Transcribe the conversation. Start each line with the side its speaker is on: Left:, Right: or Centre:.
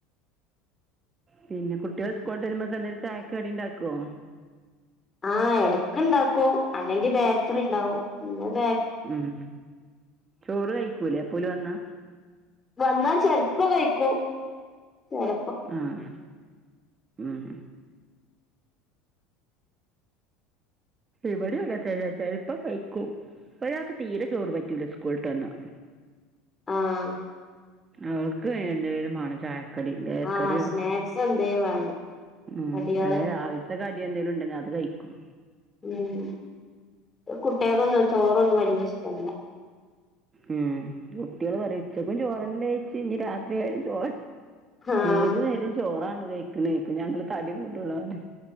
Right: പിന്നെ കുട്ടികൾ സ്കൂള് വിട്ട് വെര്മ്പേക്ക് എന്തേലും ചായക്ക് കടി ഇണ്ടാക്കുവോ
Left: ആഹ് എടക്ക് ഇണ്ടാക്കും അല്ലെങ്കി ബേക്കറി ഇണ്ടാവും പിന്നെ ബേ
Right: ഉം ചോറ് കയിക്കൂലേ അപ്പോല് വന്നാ
Left: വന്നാ ചെലപ്പ കയിക്കും ചെല
Right: ആഹ് ഉം ഇവടെ എന്ന്വച്ചാല് ചെലപ്പം വെക്കും ഒരാക്ക് തീരെ ചോറ് പറ്റൂല്ലാ സ്കൂള് ട്ട് വന്നാ
Left: ആഹ്
Right: അവർക്ക് വേണ്ടി വെരും മാണം ചായ കടി ബേക്കറിയോ
Left: ആഹ് സ്നാക്സ് എന്തേലും വേണം
Right: ഉം
Left: കടികള്
Right: അല്ലെ രാവി ത്തെ കടി എന്തേലും ഇണ്ടെങ്കി അത് കയിക്കും
Left: ഉം കുട്ടിയോക്കൊന്നും ചോറൊന്നും വല്ല്യ ഇഷ്ടല്ല
Right: ഉം കുട്ടിയോള് പറേയും ഉച്ചക്കും ചോറ് അല്ലേ കയ്ച്ചേ ഇനി രാത്രിയായാലും ചോറ
Left: ആഹ്
Right: ഏത് നേരോം ചോറാണോ കയ്ക്കണേ കേക്കും ഞങ്ങള് തടി കൂട്തല്ള്ളോര്